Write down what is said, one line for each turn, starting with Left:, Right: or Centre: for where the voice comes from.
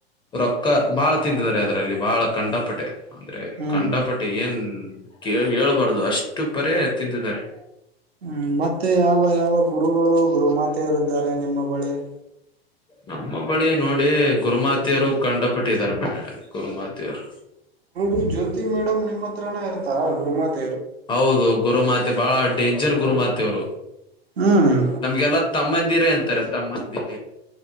Left: ರೊಕ್ಕ. ಬಾಳ ತಂತಿದ್ದಾರೆ ಅದರಲ್ಲಿ ಬಹಳ ಕಂಡಪಟ್ಟೆ. ಅಂದ್ರೆ
Right: ಹ್ಮ್
Left: ಕಂಡಪಟ್ಟಿ ಏನ್. ಕ್ಕೆ ಹೇಳ್ಬಾರ್ದು ಅಷ್ಟು ಪರೇ ತಿಂದಿದ್ದಾರೆ.
Right: ಹ್ಮ್ ಮತ್ತೆ ಯಾವ ಯಾವ ಗುರುಗಳು ಗುರುಮಾತ ಯಾರ್ ಇದಾರೆ ನಿಮ್ಮ ಬಳಿ. <inaudible>
Left: ನಮ್ಮ ಬಳಿ ನೋಡಿ ಗುರುಮಾತೆಯರು ಕಂಡ ಪಟ್ಟಿದ್ದಾರೆ ಮ. ಗುರುಮಾತೆಯರು.
Right: ಹೌದು ಜ್ಯೋತಿ ಮೇಡಮ್ ನಿಮ್ಮ. <unintelligible> ಇರ್ತರ ಗುರು ಮಾತೆ
Left: ಹೌದು ಗುರುಮಾತೆ ಬಹಳ ಡೇಂಜರ್ ಗುರುಮಾತೆ ಅವರು
Right: ಹ್ಮ್
Left: ನಮ್ಗೆಲ್ಲ ತಮ್ಮ. ಮಂದಿರ ಅಂತಾರೆ ತಮ್ಮಂದಿರ.